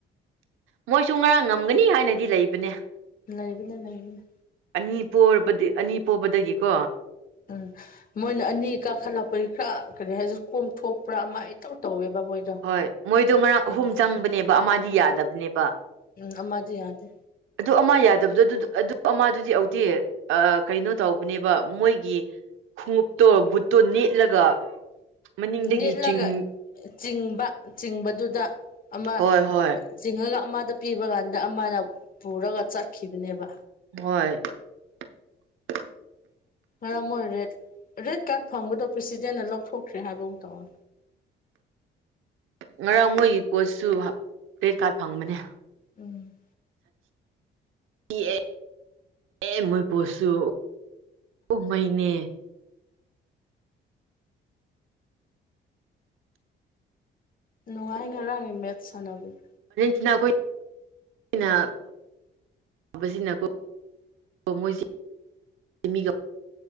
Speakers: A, on the right; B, on the left.
A: ꯃꯣꯏꯁꯨ ꯉꯔꯥꯡ ꯉꯝꯒꯅꯤ ꯍꯥꯏꯅꯗꯤ ꯂꯩꯕꯅꯦ
B: ꯂꯩꯕꯅꯦ ꯂꯩꯕꯅꯦ
A: ꯑꯅꯤ ꯄꯣꯔꯕꯗꯤ ꯑꯅꯤ ꯄꯣꯕꯗꯒꯤꯀꯣ
B: ꯎꯝ ꯃꯣꯏꯅ ꯑꯅꯤ ꯀꯥꯈꯠꯂꯛꯄꯒꯤ ꯈꯔ ꯀꯔꯤ ꯍꯥꯏꯒꯦꯔ ꯀꯣꯝꯊꯣꯛꯄ꯭ꯔꯥ ꯑꯃ ꯏꯇꯧ ꯇꯧꯋꯦꯕ ꯃꯣꯏꯗꯣ
A: ꯍꯣꯏ ꯃꯣꯏꯗꯣ ꯉꯔꯥꯡ
B: ꯑꯗꯣ
A: ꯑꯍꯨꯝ ꯆꯪꯕꯅꯦꯕ ꯑꯃꯗꯤ ꯌꯥꯗꯕꯅꯦꯕ
B: ꯎꯝ ꯑꯃꯗꯤ ꯌꯥꯗꯦ
A: ꯑꯗꯨ ꯑꯃ ꯌꯥꯗꯕꯗꯣ ꯑꯗꯨ ꯑꯗꯨ ꯑꯃꯗꯨ ꯍꯧꯗꯤ ꯍꯧꯎꯗꯤ ꯑꯥ ꯀꯩꯅꯣ ꯇꯧꯕꯅꯦꯕ ꯃꯣꯏꯒꯤ ꯈꯣꯡꯎꯞꯇꯣ ꯕꯨꯠꯇꯣ ꯅꯦꯠꯂꯒ ꯃꯅꯤꯡꯗꯒꯤ
B: ꯅꯦꯠꯂꯒ
A: ꯆꯤꯡ
B: ꯆꯤꯡꯕ ꯆꯤꯡꯕꯗꯨꯗ ꯑꯃ
A: ꯍꯣꯏ ꯍꯣꯏ
B: ꯆꯤꯡꯉꯒ ꯑꯃꯗ ꯄꯤꯕ ꯀꯥꯟꯗ ꯑꯃꯅ ꯄꯨꯔꯒ ꯆꯠꯈꯤꯕꯅꯦꯕ
A: ꯍꯣꯏ <inaudible>
B: ꯑꯃ ꯑꯣꯏ ꯔꯦꯠ <unintelligible> ꯔꯦꯠ ꯀꯥꯔꯠ ꯐꯪꯕꯗꯣ ꯄ꯭ꯔꯦꯁꯤꯗꯦꯟꯅ ꯂꯧꯊꯣꯛꯇ꯭ꯔꯦ ꯍꯥꯏꯕ ꯑꯃ ꯇꯧꯋꯦ
A: ꯉꯔꯥꯡ ꯃꯣꯏꯒꯤ ꯀꯣꯁꯁꯨ ꯔꯦꯠ ꯀꯥꯔꯠ ꯐꯪꯕꯅꯦ
B: ꯎꯝ
A: ꯏꯑꯦ ꯑꯦ ꯃꯣꯏ ꯄꯣꯁꯨ ꯑꯣ ꯃꯩꯏꯅꯦ
B: ꯅꯨꯡꯉꯥꯏ ꯉꯔꯥꯡꯒꯤ ꯃꯦꯠꯁ ꯁꯥꯟꯅꯕꯗꯣ
A: ꯁꯤꯅ ꯑꯩꯈꯣꯏꯅ ꯁꯥꯕꯁꯤꯅꯀꯣ ꯃꯣꯏꯁꯤ <unintelligible>